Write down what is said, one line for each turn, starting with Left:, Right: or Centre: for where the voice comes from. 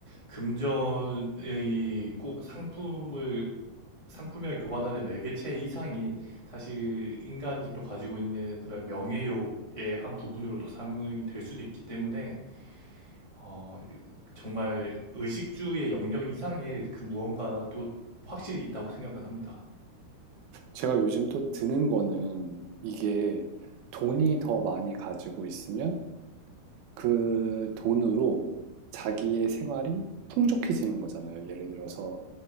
Left: 금전의 꼭 상품을 상품이 교환하는 매개체 이상인 사실 인간이 또 가지고 있는 그런 명예욕의 한 부분으로도 사용이 될 수도 있기 때문에 어, 정말 의식주의 영역 이상의 그 무언가도 확실히 있다고 생각은 합니다.
Right: 제가 요즘 또 드는 거는 이게 돈이 더 많이 가지고 있으면 그 돈으로 자기의 생활이 풍족해지는 거잖아요. 예를 들어서